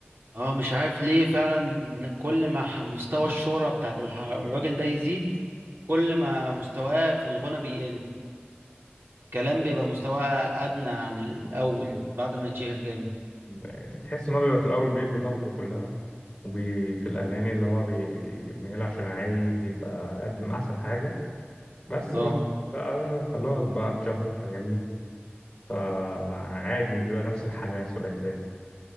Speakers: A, on the right; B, on the left.
A: اه مش عارف ليه فعلا إن كل ما ح- مستوى الشهرة بتاعت الح- الراجل ده يزيد كل ما مستواه في الغنى بيقل كلام بيبقى مستواه ادنى عن الاول بعد ما يتشهر جامد
B: <laughs> تحس ان هو بيبقى في الاول بيدي طاقته كلها وفي الأغاني اللي هو بيعملها عشان عايز يبقى قدم أحسن حاجة بس
A: اه
B: بعد بقى خلاص بقى اتشهر فاهمني فعادي مش بيبقى نفس الحماس والإحساس